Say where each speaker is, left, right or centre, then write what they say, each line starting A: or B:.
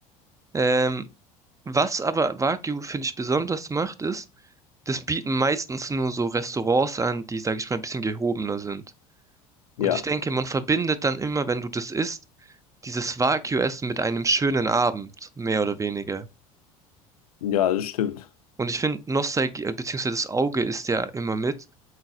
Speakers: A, on the right (about 15°); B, on the left (about 80°).
A: Ähm, was aber Wagyu, finde ich, besonders macht, ist, das bieten meistens nur so Restaurants an, die, sage ich mal, ein bisschen gehobener sind.
B: Ja,
A: Und ich denke, man verbindet dann immer, wenn du das isst, dieses Wagyu-Essen mit einem schönen Abend, mehr oder weniger.
B: ja, das stimmt.
A: Und ich finde, Nostalgie, äh, beziehungsweise das Auge ist ja immer mit.